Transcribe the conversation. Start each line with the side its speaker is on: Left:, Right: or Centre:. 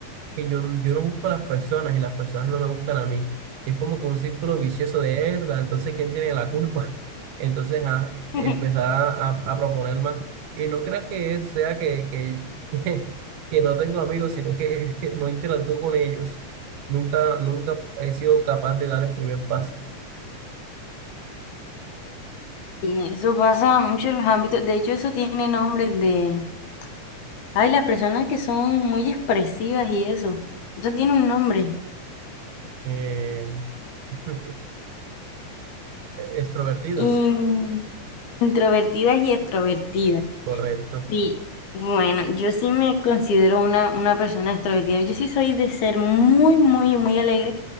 Right: que yo, yo no busco a las personas y las personas no me buscan a mí. Y es como que un círculo vicioso de herda, entonces ¿quién tiene la culpa? <laughs> Entonces, ah,
Left: <laughs>
Right: empezar a, a, a proponer más. Y no creas que sea que, que, <laughs> que no tengo amigos, sino que <laughs> no interactúo con ellos. Nunca, nunca he sido capaz de dar el primer paso.
Left: Y eso pasa mucho en los ámbitos, de hecho eso tiene nombre de... Ay, las personas que son muy expresivas y eso. Eso tiene un nombre.
Right: Eh, <laughs> extrovertidas.
Left: In- Introvertidas y extrovertidas.
Right: Correcto.
Left: Sí, bueno, yo sí me considero una, una persona extrovertida. Yo sí soy de ser muy, muy, muy alegre.